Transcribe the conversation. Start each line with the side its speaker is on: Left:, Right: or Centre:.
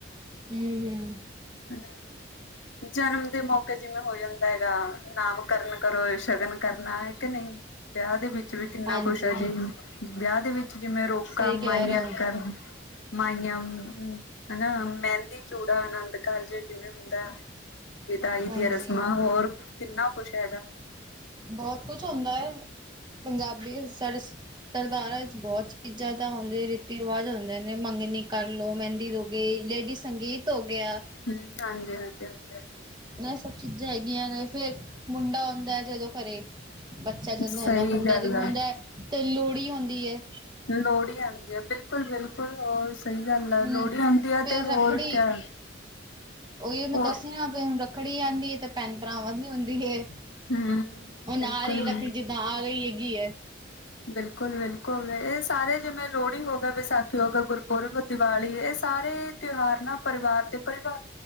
Right: ਹੂੰ ਹੂੰ।
Left: <unintelligible> ਜਨਮ ਦੇ ਮੌਕੇ ਜਿਵੇਂ ਹੋ ਜਾਂਦਾ ਹੈਗਾ ਨਾਮਕਰਨ ਕਰੋ ਸ਼ਗਨ ਕਰਨਾ ਐ ਕਿ ਨਈ। ਵੇਆਹ ਦੇ ਵਿੱ ਚ ਵੀ ਕਿੰਨਾ
Right: ਹਾਂਜੀ।
Left: ਕੁਛ ਐ ਜੀ। ਵਿਆ ਦੇ ਵਿੱਚ ਜਿਵੇਂ ਰੋਕਾ
Right: ਸਹੀ ਕਹਿ
Left: ਮਾਈਆਂ
Right: ਰਹੇ ਹੋ
Left: ਕਰਨ। ਮਾਈਆਂ ਹਨਾ ਮੈਂਦੀ, ਚੂੜਾ, ਅਨੰਦ ਕਾਰਜ ਜਿਵੇਂ ਹੁੰਦਾ ਐ। ਵਿਦਾਈ
Right: ਹਾਂਜੀ
Left: ਦੀਆਂ ਰਸਮਾਂ ਹੋਰ ਕਿੰਨਾ ਕੁਸ਼ ਹੈਗਾ।
Right: ਬੋਤ ਕੁਛ ਹੁੰਦਾ ਏ। ਪੰਜਾਬੀ ਸਾਡੇ ਸਰਦਾਰਾਂ ਚ ਬੋਤ ਚੀਜ਼ਾਂ ਤਾਂ ਹੁੰਦੀ ਰੀਤੀ ਰਿਵਾਜ ਹੁੰਦੇ ਨੇ, ਮੰਗਨੀ ਕਰ ਲੋ, ਮੈਂਦੀ ਰੋ <unintelligible> ਲੇਡੀ ਸੰਗੀਤ ਹੋ ਗਿਆ।
Left: ਹੂੰ, ਹਾਂਜੀ-ਹਾਂਜੀ -ਹਾਂਜੀ-ਹਾਂਜੀ।
Right: ਐ ਸਭ ਚੀਜ਼ਾਂ ਹੈਗੀਆਂ ਨੇ ਫੇਰ ਮੁੰਡਾ ਹੁੰਦਾ ਐ ਜਦੋਂ ਘਰੇ। ਬੱਚਾ ਜਦੋਂ
Left: ਸਹੀ
Right: ਹੁੰਦਾ ਮੁੰਡਾ
Left: ਗੱਲ
Right: ਜਦੋਂ
Left: ਆ
Right: ਹੁੰਦੈ ਤੇ ਲੋਅੜੀ ਹੁੰਦੀ ਐ।
Left: ਲੋਅੜੀ ਆਂਦੀ ਐ, ਬਿਲਕੁਲ-ਬਿਲਕੁਲ ਹੋਰ ਸ ਸਈ ਗੱਲ ਐ।
Right: ਹਮ
Left: ਲੋਅੜੀ ਹੁੰਦੀ ਐ
Right: ਫੇਰ
Left: ਤੇ
Right: ਰੱਖੜੀ
Left: ਹੋਰ ਕ,
Right: ਉਹੀ ਮੈਂ
Left: ਹੋਰ
Right: ਦੱਸਦੀ ਨਾ ਫਿਰ ਹੁਣ ਰੱਖੜੀ ਆਂਦੀ ਏ ਤੇ ਭੈਨ ਭਰਾਵਾਂ ਦੀ ਹੁੰਦੀ ਏ,
Left: ਹਮ
Right: ਹੁਨ
Left: ਬਿਲਕੁਲ
Right: ਆ ਰੀ ਰੱਖੜੀ ਜਿੱਦਾਂ ਆ ਗਈ ਏ ਗੀ ਏ।
Left: ਬਿਲਕੁਲ- ਬਿਲਕੁਲ। ਏ ਸਾਰੇ ਜਿਵੇਂ ਲੋਅੜੀ ਹੋ ਗਿਆ, ਵਿਸਾਖੀ ਹੋ ਗਿਆ, ਗੁਰਪੁਰਬ, ਦੀਵਾਲੀ ਏ ਸ ਸਾਰੇ ਤਿਉਹਾਰ ਨਾ ਪਰਿਵਾਰ ਤੇ, ਪਰਿਵਾਰ,